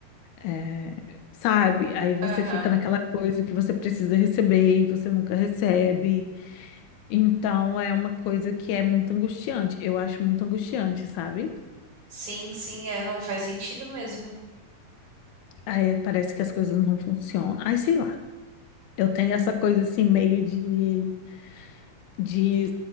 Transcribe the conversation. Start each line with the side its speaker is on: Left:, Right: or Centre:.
Left: é, sabe? Aí você
Right: Aham.
Left: fica naquela coisa que você precisa receber e você nunca recebe. Então é uma coisa que é muito angustiante. Eu acho muito angustiante, sabe?
Right: Sim, sim, é, não faz sentido mesmo.
Left: Aí parece que as coisas não funcionam. Aí sei lá. Eu tenho essa coisa assim, meio de, de